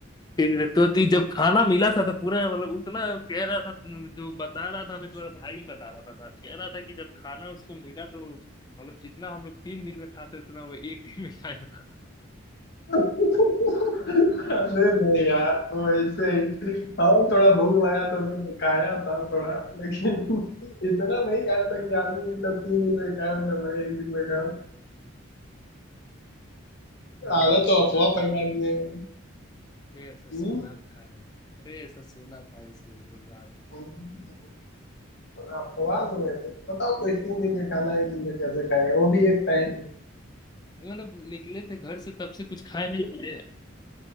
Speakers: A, on the left; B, on the left.
A: फिर तो ती जब खाना मिला था तो पूरा मतलब उतना कह रहा था जो बता रहा था मेरा भाई बता रहा था था कह रहा था कि जब खाना उसको मिला तो मतलब जितना हम लोग तीन दिन में खाते उतना वो एक दिन में खाया था
B: अरे नहीं यार वैसे ही हाँ थोड़ा भूख लगा था तो खाया था थोड़ा लेकिन इतना नहीं खाया था कि आदमी भी ना तीन दिन में खाया ना मैं एक दिन में खाया
A: नहीं
B: आदत
A: मैं
B: तो
A: सुना
B: अफवाह
A: था
B: फैला
A: यार
B: दिए हैं।
A: मैं ऐसा
B: हम्म?
A: सुना था अरे ऐसा सुना था इसलिए बोल रहा था
B: हम्म, अफवाह लोग ऐसे बताओ कोई तीन दिन में खाना एक दिन में कैसे खाएगा वो भी एक टाइम
A: मतलब निकले थे घर से तब से कुछ खाए नहीं थे